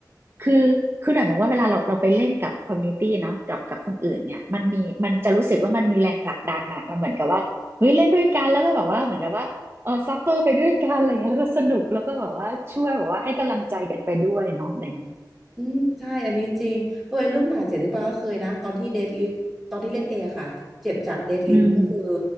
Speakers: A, on the right; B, in the centre.
A: คือคือหน่อยมองว่าเวลาเราเราไปเล่นกับคอมมูนิตี้เนาะกับกับคนอื่นเนี่ยมันมีมันจะรู้สึกว่ามันมีแรงผลักดันอะมันเหมือนกับว่าเฮ้ยเล่นด้วยกันแล้วก็แบบว่าเหมือนกับว่า เออซัฟเฟอร์ไปด้วยกันอะไรเงี้ยแล้วก็สนุกแล้วก็แบบว่าช่วยแบบว่าให้กำลังใจกันไปด้วยเนาะอะไรเงี้ย
B: อืมใช่อันนี้จริงเออไอ้เรื่องบาดเจ็บนี่ปาก็เคยนะตอนที่เดดลิฟต์ตอนที่เล่นเองอะค่ะเจ็บจากเดดลิฟต์ก็คือ
A: อืม